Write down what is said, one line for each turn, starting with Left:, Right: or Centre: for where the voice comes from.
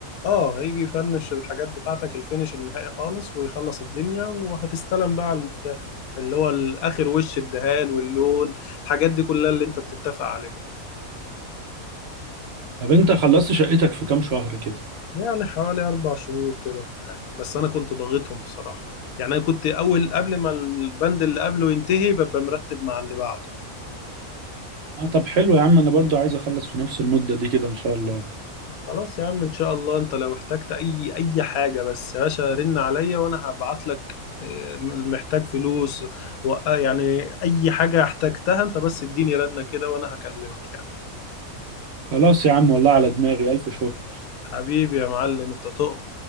Left: اه هيجي يفنش الحاجات بتاعتك الفينش النهائي خالص ويخلص الدنيا وهتستلم بقى على المفتاح اللي هو الاخر وش الدهان واللون الحاجات دي كلها اللي انت بتتفق عليها
Right: طب انت خلصت شقتك في كام شهر كده
Left: يعني حوالي اربع شهور كده ولا حاجة بس انا كنت ضاغطهم بصراحة يعني انا كنت اول قبل ما البند اللي قبله ينتهي ببقى مرتب مع اللي بعده
Right: اه طب حلو يا عم انا برضو عايز اخلص في نفس المدة دي كده ان شاء الله
Left: خلاص يا عم ان شاء الله انت لو احتجت اي اي حاجه بس يا باشا رن عليا وانا هبعت لك آه، محتاج فلوس و آه، يعني اي حاجه احتجتها انت بس اديني رنه كده وانا هكلمك يعني
Right: خلاص يا عم والله على دماغي الف شكر
Left: حبيبي يا معلم انت تؤمن